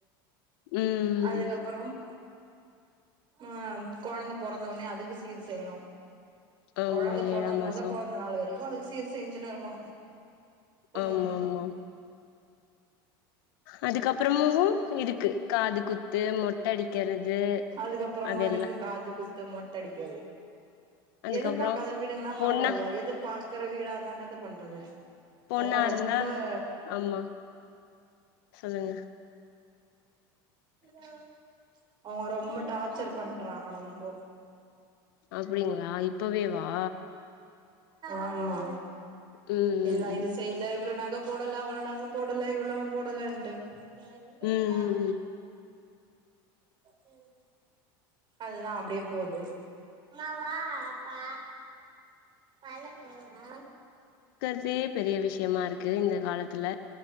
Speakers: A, on the left; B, on the right.
A: ம்
B: அதுக்கப்பறம் ஆ கொழந்த பொறந்தவுட்னே அதுக்கு சீர் செய்யணு
A: ஆமா
B: கொழந்த பொத
A: ஏழாம் மாசோ
B: மொத பொறந்த நாள் வரைக்கு அதுக்கு சீர் செஞ்சுனு இருக்கணு பொண்ணு
A: ஆமா
B: வீட்டுக்கு
A: ஆமா அதுக்கப்றமு இருக்கு காது குத்து மொட்ட அடிக்கிறது
B: அதுக்கப்பறமா
A: அதெல்லா
B: இருக்கு காது குத் து மொட்டடிக்க
A: அதுக்கப்றோ
B: எதிர்பாக்காத வீடுங்கனா பரவால்ல
A: பொண்ணா
B: எதிர்பா க்கிற வீடாந்தா என்னத்த பண்றது
A: பொண்ணா
B: அவுங்க ரொம்ப
A: இருந்தா
B: <inaudible>
A: ஆமா சொல்லுங்க
B: மியா அவுங்க ரொம்ப டார்ச்சர் பண்றாங்க ரொம்போ
A: அப்டிங்கிளா இப்பவே வா
B: ஆமா
A: ம்
B: இல்லா இது
A: ம்
B: செய்ல இவ்ளோ நா க போடல அவ்ளோ நக போடல இவ்ளோ போடலன்ட்டு எல்லிதா
A: ம் ம்
B: ஹு <inaudible> அதுதா அப்டே போது பாப்பா பழக்கவா
A: சி பெரிய விஷ்யமா இரு க்கு இந்த காலத்துல